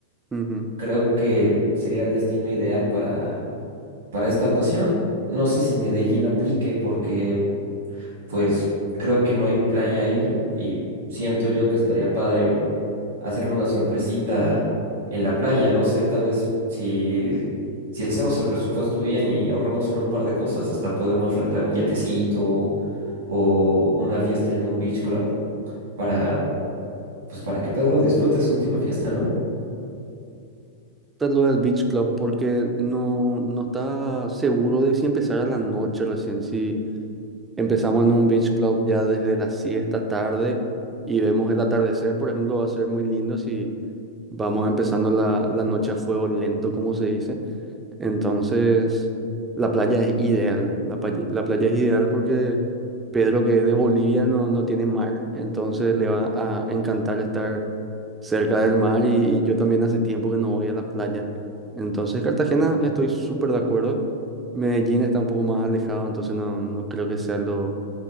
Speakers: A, on the right; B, on the right.
A: Ujú.
B: Creo que sería el destino ideal para, para esta ocasión. No sé si Medellín aplique porque pues creo que no hay playa ahí y siento yo que estaría padre hacerle una sorpresita en la playa. No sé, tal vez si, si hacemos el presupuesto bien y ahorramos en un par de cosas, hasta podemos rentar un yatecito o una fiesta en un beach club para, pues, para que Pedro disfrute su última fiesta, ¿no?
A: tal lo del Beach Club porque no, no estaba seguro de si empezar a la noche recién, si Empezamos en un beach club ya desde las siesta tarde y vemos el atardecer, por ejemplo, va a ser muy lindo si vamos empezando la, la noche a fuego lento, como se dice. Entonces, la playa es ideal. La, pa- la playa es ideal porque Pedro, que es de Bolivia, no, no tiene mar, entonces le va a encantar estar cerca del mar y, y yo también hace tiempo que no voy a la playa. Entonces, Cartagena, estoy súper de acuerdo. Medellín está un poco más alejado, entonces no, no creo que sea lo,